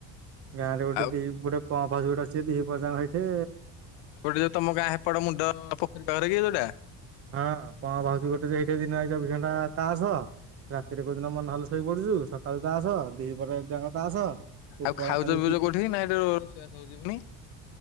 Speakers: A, on the right (about 35°); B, on the left (about 80°).
A: ଗାଁ ରେ ଗୋଟେ
B: ଆଉ
A: ଦି ଗୋଟେ ପ ଫସ ଗୋଟେ ଅ ଦି ପାଙ୍ଗ ହେଇଠେ
B: ଗୋଟେ ଯୋଉ ତମ ଗାଁ ହେପଡ ମୁଣ୍ଡ ପୋଖରୀରେ କି ଯୋଉଟା
A: ହଁ କଣ ଭାଉଛି ଗୋଟେ ଏଇଠି ଦିନ ହେଇ। ା ତାସ ରାତିରେ କୋଉ ଦିନ ମନେହଲ ଶୋଇ ପଡୁଛୁ ସକାଳୁ ତାସ ଦି ପରେ ଯ ତାସ
B: ଆଉ
A: ଉପଳା
B: ଖାଉଜ
A: ଖାଲି
B: ପିଉଜ କୋଠି ନାଇଁସିବୁନି